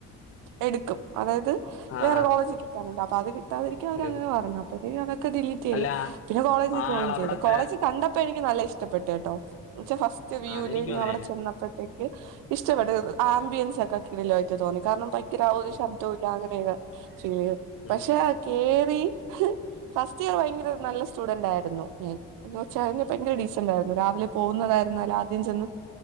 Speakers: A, on the right; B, on the left.
A: എടുക്കും അതായത്
B: ആ
A: വേറെ
B: ആ
A: കോളേജ് കിട്ടാറുണ്ട് അപ്പൊ അത് കിട്ടാതിരിക്കാൻ അവരങ്ങനെ
B: എടുക്കും
A: പറഞ്ഞത്. അതൊക്കെ ഡിലീറ്റ് ചെയ്തു
B: അല്ല
A: പിന്നെ കോളേജ്
B: ആളവിടത്തെ
A: ജോയിൻ ചെയ്തു കോളേജി കണ്ടപ്പോ എനിക്ക് നല്ല ഇഷ്ടപ്പെട്ടേട്ടോ ന്നച്ചാ ഫസ്റ്റ് വ്യൂല്
B: ആ, അതെനിക്കും
A: ഞാൻ
B: അങ്ങനെ
A: അവടെ
B: തന്നെ
A: ചെന്നപ്പോഴത്തേക്കും ഇഷ്ടപ്പെട്ട് ആംബിയൻസ് ഒക്കെ കിടിലായിട്ട് തോന്നി കാരണം ഭങ്കര
B: ഉം
A: ഒരു
B: ഉം
A: ശബ്ദം
B: ഉം
A: <unintelligible>
B: ഉം
A: പഷേ
B: ഉം
A: കേറി ഫസ്റ്റ് ഇയറ് ഭയങ്കര നല്ല സ്റ്റുഡന്റ് ആയിരുന്നു ഞാൻ എന്ന് വച്ച
B: ഉം
A: ഭയങ്കര
B: ഉം.
A: ഡിസ് <unintelligible> രാവിലെ പോകുന്നതായിരുന്നാലും ആദ്യം ചെന്ന്